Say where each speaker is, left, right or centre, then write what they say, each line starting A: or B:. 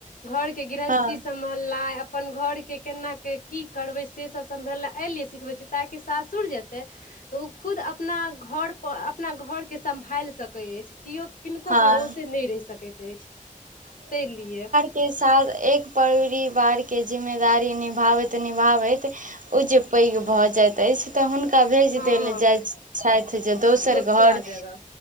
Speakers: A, on the left; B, on the right.
A: घर केँ गृहस्थी
B: हँ
A: सम सम्हलनै अपन घर केँ केना की करबै से सब सम्हलनै यै लेल सिखबै ताकि सासुर जेतै तऽ ओ खुद अपना घर प अपना घर केँ सम्भाइल सकै ऐछ किओ किनको
B: हँ
A: भरोसें नै रैह सकै ऐछ <inaudible> तैय लिये
B: केँ साथ एक परिवार केँ जिम्मेदारी निभाबैत- निभाबैत ओ जे पैघ भऽ जाइत ऐछ। तऽ हुनका भेज
A: हँ
B: देल जाइत छथि जे दोसर
A: दोसरा
B: घर
A: जगह